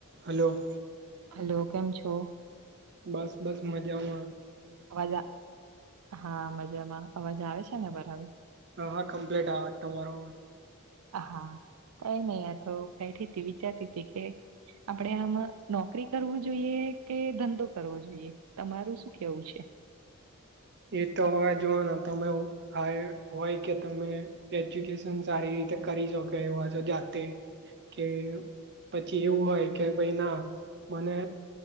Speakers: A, on the right; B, on the right.
A: Hello,
B: hello કેમ છો?
A: બસ બસ મજા મા,
B: અવાજ હા મજામાં અવાજ આવે છે ને બરાબર.
A: હા હા કમ્પ્લીટ આવે તમારો,
B: હા કઈ નહિ આ તો બેઠી તી વિચારતી હતી કે, આપડે આમ નોકરી કરવું જોઈએ કે ધંધો કરવો જોઈએ તમારું શુ શું કેવું છે?
A: એ તો હવા જોવાના તમે હ હોય કે તમે, એજ્યુકેશન સારી રીતે કરી શકે એવા છે જાતે, કે પછી એવું હોય કે ભાઈ ના મને,